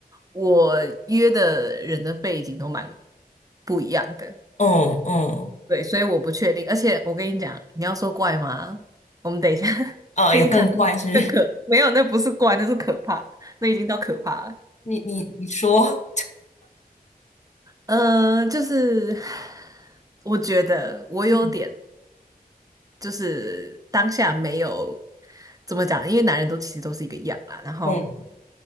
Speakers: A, on the right; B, on the left.
A: 我约的人的背景都蛮不一样的。
B: 嗯嗯，
A: 对，所以我不确定。而且我跟你讲，你要说怪吗？我们等一下 <laughs>
B: 哦，
A: 可以讲更可，
B: 有更怪是不是
A: 没有，那不是怪，那是可怕，那已经到可怕了。
B: 你你你说，
A: 呃，就是我觉得我有点
B: 嗯
A: 就是当下没有怎么讲，因为男人都其实都是一个样啦，然后。
B: 嗯